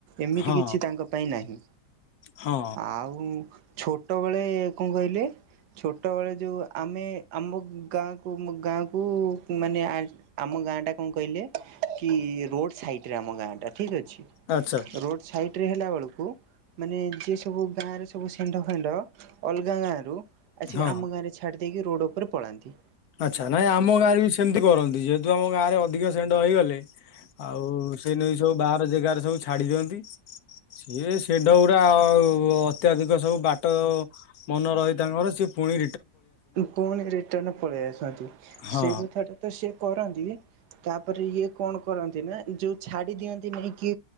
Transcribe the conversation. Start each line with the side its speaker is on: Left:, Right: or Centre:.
Right: ଏମିତି
Left: ହଁ
Right: କିଛି ତାଙ୍କ ପାଇଁ ନାହିଁ
Left: ହଁ
Right: ଆଉ। ଛୋଟବେଳେ କଣ କହିଲେ ଛୋଟବେଳେ ଯୋଉ ଆମେ ଆମ ଗାଁକୁ ଗାଁକୁ ମାନେ ଆ ଆମ ଗାଁଟା କଣ କହିଲେ କି ରୋଡ ସାଇଟିରେ ଆମ ଗାଁଟା। ଠିକ୍ ଅଛି
Left: ଆଚ୍ଛା
Right: ରୋଡ୍ ସାଇଟିରେ ହେଲା ବେଳକୁ ମାନେ ଯିଏ ସବୁ ଗାଁ ରେ ସବୁ ଷେଣ୍ଢ ଫେଣ୍ଡ ଅଲଗା ଗାଁ ରୁ। ଆସିକି
Left: ହଁ।
Right: ଆମ ଗାଁରେ ଛାଡି ଦେଇକି ରୋଡ୍ ଉପରେ ପଳାନ୍ତି।
Left: ଆଚ୍ଛା ନାଇଁ ଆମ ଗାଁରେ ବି ସେମିତି କରନ୍ତି। ଯେହେତୁ ଆମ ଗାଁ ରେ ଅଧିକ ଷେଣ୍ଢ ହେଇଗଲେ ଆଉ ସେ ନେଇକି ସବୁ ବାହାର ଜାଗାରେ ସବୁ ଛାଡି ଦିଅନ୍ତି। ସିଏ ଷେଣ୍ଢ ଗୁଡା ଆଉ ଅତ୍ୟାଧିକ ସବୁ ବାଟ ମାନେ ରହେ ତାଙ୍କର ସି ଫୁଣି
Right: ଫୁଣି ରିଟନ ପଳେଇ ଆସନ୍ତି
Left: ହଁ
Right: ସେଇ କଥା ଟା ତ ସିଏ କରନ୍ତି ତାପରେ ଏଇ କଣ କରନ୍ତି ନା ଯୋଉ ଛାଡ଼ି ଦିଅନ୍ତି ନେଇକି